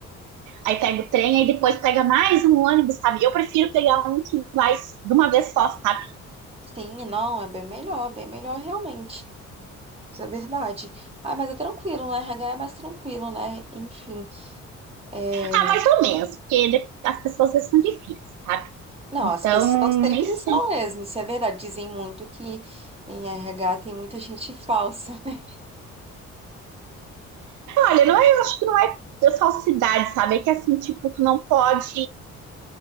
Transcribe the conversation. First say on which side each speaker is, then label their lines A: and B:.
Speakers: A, on the right (about 80°); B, on the right (about 20°).
A: aí pega o trem, aí depois pega mais um ônibus, sabe? Eu prefiro pegar um que vai de uma vez só, sabe?
B: sim, não, é bem melhor, bem melhor realmente. Isso é verdade. Ah, mas é tranquilo, né? RH é mais tranquilo, né? Enfim. é,
A: Ah, mais ou menos, porque as pessoas são difíceis, sabe?
B: Não,
A: Então,
B: as pessoas sempre
A: nem sei
B: são mesmo, isso é verdade. Dizem muito que em RH tem muita gente <laughs> falsa, né?
A: Olha, não é, eu acho que não é de falsidade, sabe? É que assim, tipo, tu não pode.